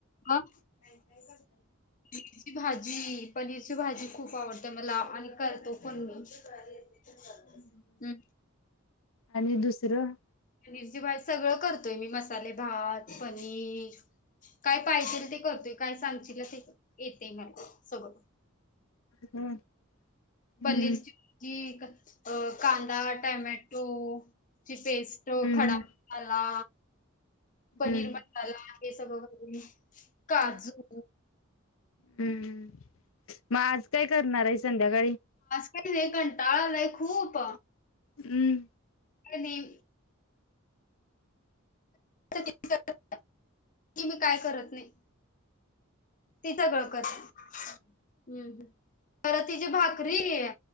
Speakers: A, on the left; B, on the left.
A: मग काय काय करतेस मेथीची भाजी जी पनीरची भाजी खूप आवडतेय मला आणि करतो पण मी हम्म
B: आणि दुसरं
A: पनीरची भाजी सगळं करतोय मी मसाले भात, पनीर काय पाहिजेल ते करतोय काय सांगचीला ते येतय मला सगळ.
B: हम्म. हम्म
A: पनीरची भाजी, अ कांदा, टोमॅटो, ची पेस्ट
B: हम्म
A: खडा मसाला, पनीर
B: हम्म.
A: मसाला हे‌ सगळ करून घालुन काजू
B: हम्मम. मग आज काय करणार हायसा? ड्या काळी <unintelligible>
A: होय की बाय कंटाळा आलाय खूप
B: हम्म.
A: <unintelligible> नाही <unintelligible> की मी काय करत नाही ती सगळं कर हम्म तर तिची भाकरी अ